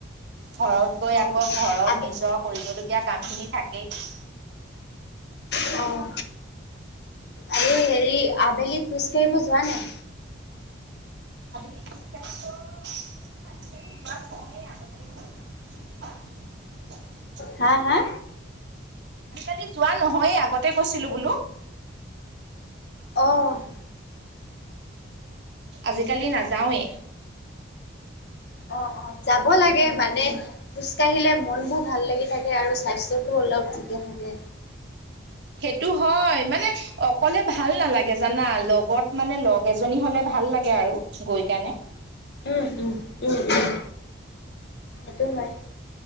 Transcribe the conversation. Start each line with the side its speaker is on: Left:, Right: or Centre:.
Right: ঘৰত গৈ আকৌ
Left: অঁ
Right: ঘৰত নিজৰ কৰিবলগীয়া কাম খিনি থাকেই।
Left: অ', আৰু হেৰি আবেলি খোজ কাঢ়িব যোৱা নাই?
Right: আবেলি খোজ কাঢ়িব, আজিকালি জোৱা নহয়েই আগতে <unintelligible>
Left: হা হা?
Right: ালি যোৱা নহয়েই আগতে গৈছিলো বোলো।
Left: অ'।
Right: আজিকালি নাযাওঁৱেই।
Left: অ', অ', যাব লাগে মানে খোজ কাঢ়িলে মন বোৰ ভাল লাগি থাকে আৰু স্বাস্থ্যতোও অলপ ঠিকে থাকে।
Right: সেইটো হ'য়, মানে অকলে ভাল নালাগে জানা, লগত মানে লগ এজনী হ'লে ভাল লাগে আৰু। গৈ কানে-
Left: উম উম উম উম। সেইটো হয়।